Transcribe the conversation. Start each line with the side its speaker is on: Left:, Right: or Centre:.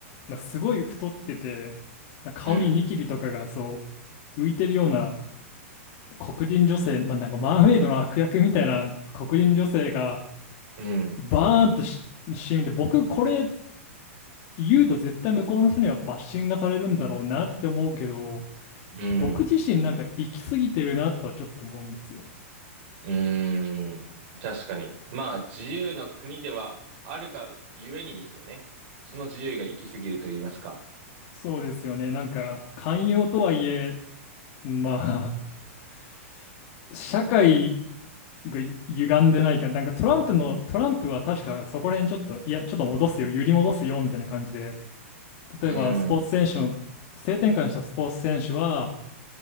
Left: なんかすごい太ってて、なんか顔にニキビとかがそ
Right: うん、
Left: う浮いてるような黒人女性、まあ、なんかマーメイドの悪役みたいな黒人女性が
Right: うん、
Left: バーンとし CM で、僕これ言うと絶対向こうの人にはバッシングがされるんだろうなって思うけど、
Right: うん。
Left: 僕自身なんか行き過ぎてるなとはちょっと思うんですよ。
Right: うーん。確かに。まあ、自由の国ではあるがゆえにですよね。その自由が行き過ぎると言いますか。
Left: そうですよね。なんか寛容とはいえ、まあ、<laughs> 社会がゆ歪んでないか、なんかトランプの、トランプは確かそこら辺ちょっと、いや、ちょっと戻すよ、揺り戻すよみたいな感じで、
Right: うーん。
Left: 例えばスポーツ選手の、性転換したスポーツ選手は、